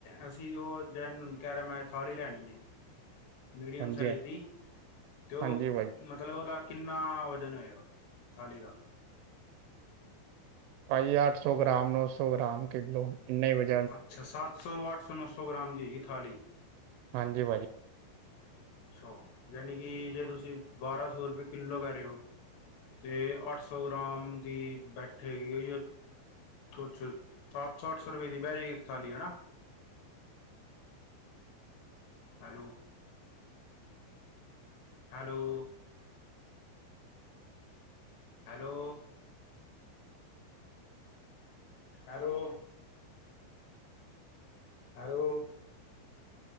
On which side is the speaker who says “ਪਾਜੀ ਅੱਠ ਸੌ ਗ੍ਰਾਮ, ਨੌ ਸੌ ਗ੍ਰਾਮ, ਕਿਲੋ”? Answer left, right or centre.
Right